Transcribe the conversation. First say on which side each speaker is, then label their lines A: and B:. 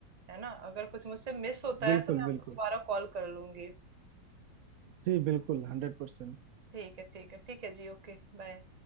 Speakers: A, on the right (about 35°); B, on the right (about 85°).
A: है ना अगर कुछ मुझसे मिस होता
B: बिल्कुल
A: है तो मैं आपको
B: बिल्कुल
A: दोबारा कॉल कर लूंगी
B: जी बिल्कुल हंड्रेड परसेंट
A: ठीक है ठीक है ठीक है जी ओके बाय